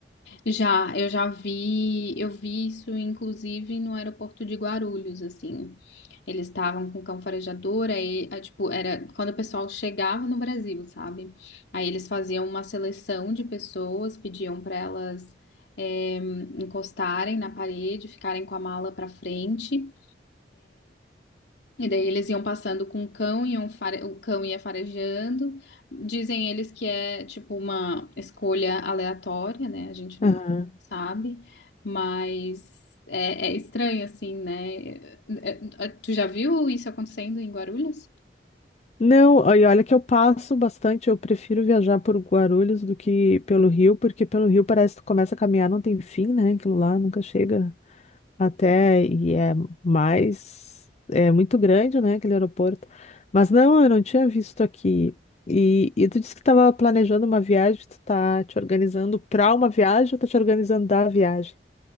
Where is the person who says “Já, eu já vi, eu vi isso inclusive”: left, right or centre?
Left